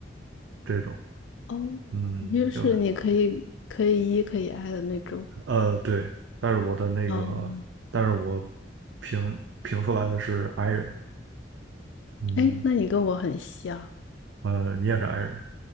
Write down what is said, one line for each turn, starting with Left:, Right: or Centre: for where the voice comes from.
Right: 这种，
Left: 哦，
Right: 嗯，
Left: 就是你可以可以
Right: 就是
Left: E 可以 I 的那种。
Right: 呃对，但是我的那个，
Left: 哦，
Right: 但是我评评出来的是 i 人，嗯
Left: 哎，那你跟我很像，
Right: 呃，你也是 i 人，